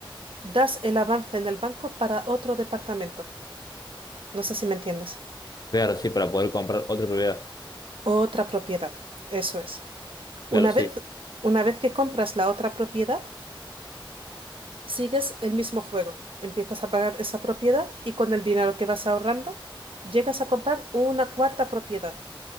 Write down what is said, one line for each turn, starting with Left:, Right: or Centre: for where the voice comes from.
Right: das el avance en el banco para otro departamento. No sé si me entiendes.
Left: Claro, sí, para poder comprar otra propiedad.
Right: Otra propiedad, eso es.
Left: Claro,
Right: Una
Left: sí.
Right: vez, una vez que compras la otra propiedad, sigues el mismo juego. Empiezas a pagar esa propiedad y con el dinero que vas ahorrando, llegas a comprar una cuarta propiedad.